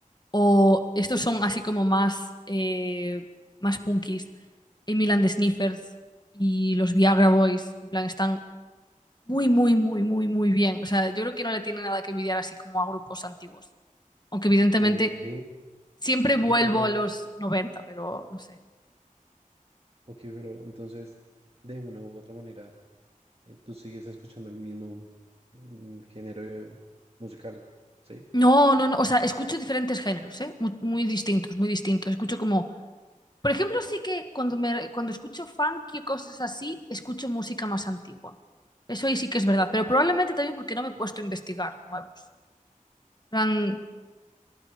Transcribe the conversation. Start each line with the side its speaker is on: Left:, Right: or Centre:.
Left: O estos son así como más, eh, más punkis. Emil and the Sniffers y los Viagra Boys, en plan, están muy, muy, muy, muy, muy bien. O sea, yo creo que no le tiene nada que envidiar así como a grupos antiguos. Aunque evidentemente
Right: Ok,
Left: siempre vuelvo
Right: ok, pero,
Left: a los 90, pero no sé.
Right: ok, pero entonces, de una u otra manera. eh, tú sigues escuchando el mismo mm, género musical, ¿sí?
Left: No, no, no. O sea, escucho diferentes géneros, ¿eh? Muy, muy distintos, muy distintos. Escucho como. Por ejemplo, sí que cuando, me, cuando escucho funky o cosas así, escucho música más antigua. Eso ahí sí que es verdad. Pero probablemente también porque no me he puesto a investigar nuevos. En plan,